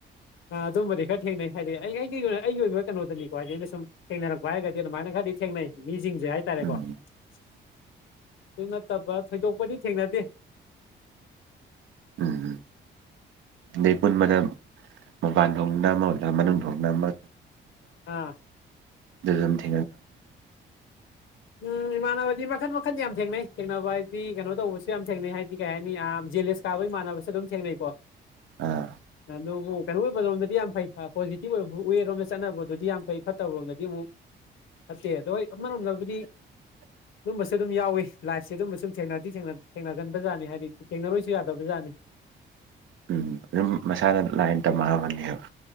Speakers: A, on the left (about 75°); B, on the right (about 75°).
A: ꯑ ꯑꯗꯨꯝꯕꯗꯤ ꯈꯔ ꯊꯦꯡꯅꯩ ꯍꯥꯏꯗꯤ ꯑꯩ ꯑꯩꯒꯤ ꯑꯣꯏꯅ ꯑꯩꯒꯤ ꯑꯣꯏꯕ ꯀꯩꯅꯣꯗꯅꯤꯀꯣ ꯍꯥꯏꯗꯤ ꯑꯩꯅ ꯁꯨꯝ ꯊꯦꯡꯅꯔꯛꯄ ꯍꯥꯏꯔꯒꯗꯤ ꯑꯗꯨꯃꯥꯏꯅ ꯈꯔꯗꯤ ꯊꯦꯡꯅꯩ ꯃꯤꯁꯤꯡꯁꯦ ꯍꯥꯏꯇꯥꯔꯦꯀꯣ
B: ꯎꯝ
A: ꯑꯗꯨ ꯅꯠꯇꯕ꯭ꯔ ꯊꯣꯏꯗꯣꯛꯄꯗꯤ ꯊꯦꯡꯅꯗꯦ
B: ꯎꯝ ꯑꯩ ꯄꯨꯟꯕꯗ ꯃꯄꯥꯟ ꯐꯣꯡꯅ ꯑꯃꯂ ꯃꯅꯨꯡ ꯍꯣꯡꯅ ꯑꯃ
A: ꯑꯥ
B: ꯗꯝꯕ
A: ꯎꯝ ꯏꯃꯥꯟꯅꯕꯗꯤ ꯃꯈꯟ ꯃꯈꯟꯗꯤ ꯌꯥꯝ ꯊꯦꯡꯅꯩ ꯊꯦꯡꯅꯕ ꯍꯥꯏꯗꯤ ꯀꯩꯅꯣ ꯇꯧꯕꯁꯨ ꯌꯥꯝ ꯊꯦꯡꯅꯩ ꯍꯥꯏꯗꯤ ꯀꯩ ꯍꯥꯏꯅꯤ ꯑꯌꯥꯝ ꯖꯦꯂꯤꯁ ꯀꯥꯕꯩꯃꯥꯟꯅꯕꯁꯦ ꯑꯗꯨꯝ ꯊꯦꯡꯅꯩꯀꯣ
B: ꯑꯥ
A: ꯑꯗꯨꯕꯨ ꯀꯩꯅꯣ ꯑꯣꯏꯕꯔꯣꯝꯗꯗꯤ ꯌꯥꯝ ꯐꯩ ꯄꯣꯖꯤꯇꯤꯕ ꯑꯣꯏꯕ ꯋꯦꯔꯣꯝꯗ ꯆꯠꯅꯕꯗꯨꯗꯤ ꯌꯥꯝ ꯐꯩ ꯐꯠꯇꯕꯔꯣꯝꯗꯗꯤ ꯑꯃꯨꯛ ꯑꯠꯇꯦ ꯑꯗꯣ ꯃꯅ ꯅꯗꯤ
B: <unintelligible>
A: ꯑꯗꯨꯝꯕꯁꯨ ꯑꯗꯨꯝ ꯌꯥꯎꯏꯤ ꯂꯥꯏꯐꯁꯦ ꯑꯗꯨꯝꯕ ꯁꯨꯝ ꯊꯦꯡꯅꯗꯤ ꯊꯦꯡꯅꯒꯟꯕꯖꯥꯠꯅꯤ ꯍꯥꯏꯗꯤ ꯊꯦꯡꯅꯔꯣꯏꯁꯨ ꯌꯥꯗꯕꯖꯥꯠꯅꯤ
B: ꯎꯝ ꯑꯗꯨꯝ ꯃꯁꯥꯅ ꯂꯥꯏꯟ ꯇꯝꯃꯕꯅꯦꯕ